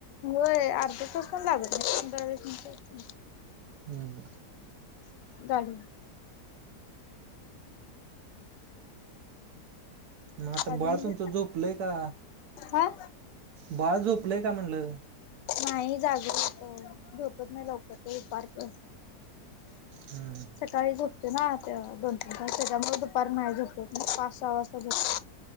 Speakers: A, on the left; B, on the right.
A: हो अर्ध्या तास पण लागत नाही पंधरा वीस मिनंट.
B: हम्म.
A: जाडी.
B: मग आता
A: आधी
B: बाळ
A: मी
B: तुमचं झोपलय का,
A: हा
B: बाळ झोपलंय का म्हणलं.
A: नाही जाग होत झोकत नाही लवकत पारकर..
B: हम्म.
A: सकाळी झुपते ना दोन तीन त्याच्यामुळे दुपार नाही झपत पाच सहा वाजता झपत